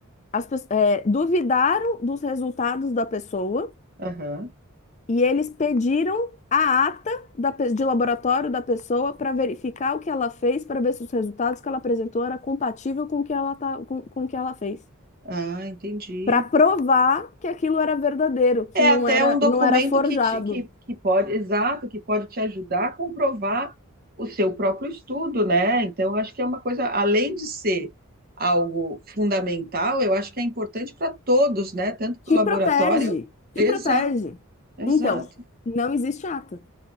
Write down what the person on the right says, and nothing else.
aham.
Ah, entendi.
É
até
um documento
que, te- que, que pode, exato, que pode te ajudar a comprovar o seu próprio estudo, né? Então, eu acho que é uma coisa, além de ser algo fundamental, eu acho que é importante para todos, né? Tanto para
o laboratório.
Exato,
exato.